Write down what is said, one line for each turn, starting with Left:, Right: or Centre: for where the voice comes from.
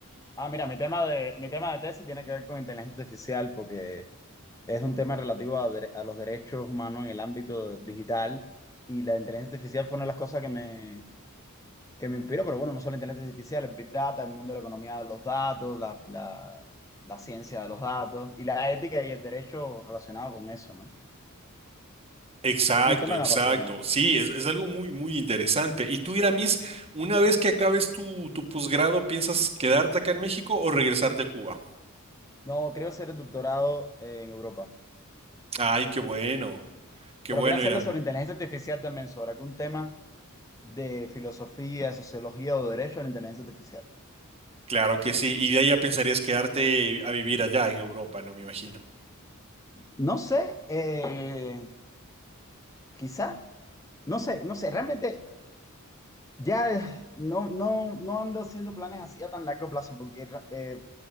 Left: Ah, mira, mi tema de, mi tema de tesis tiene que ver con inteligencia artificial porque es un tema relativo a, dere- a los derechos humanos en el ámbito digital y la inteligencia artificial fue una de las cosas que me, que me inspiro, pero bueno, no solo inteligencia artificial, el Big Data, el mundo de la economía de los datos, la, la, la ciencia de los datos y la ética y el derecho relacionado con eso, ¿no?
Right: Exacto,
Left: Entonces es un tema
Right: exacto.
Left: que me apasiona.
Right: Sí, es, es algo muy, muy interesante. Y tú, Iramis, una vez que acabes tu, tu posgrado, ¿piensas quedarte acá en México o regresarte a Cuba?
Left: No, creo hacer el doctorado eh, en Europa,
Right: Ay, qué bueno, qué
Left: pero
Right: bueno,
Left: quiero hacerlo
Right: Iram.
Left: sobre inteligencia artificial también, sobre algún tema de filosofía, sociología o derecho a la inteligencia artificial.
Right: Claro que sí. Y de ahí ya pensarías quedarte a vivir allá en Europa, no me imagino.
Left: No sé, eh, quizá, no sé, no sé, realmente ya eh, no, no, no ando haciendo planes así a tan largo plazo porque ra- eh,